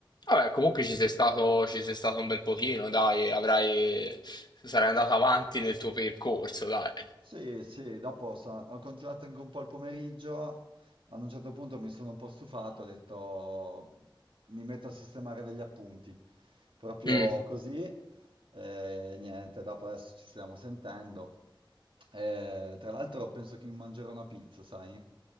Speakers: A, on the left; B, on the right.
A: Vabbè, comunque ci sei stato, ci sei stato un bel pochino, dai, avrai, sarai andato avanti nel tuo percorso, dai.
B: Sì, sì, dopo so- ho continuato anche un po' il pomeriggio, ad un certo punto mi sono un po' stufato, ho detto mi metto a sistemare degli appunti, proprio
A: Mm.
B: così, e niente, dopo adesso ci stiamo sentendo. Eh, tra l'altro penso che mi mangerò una pizza, sai?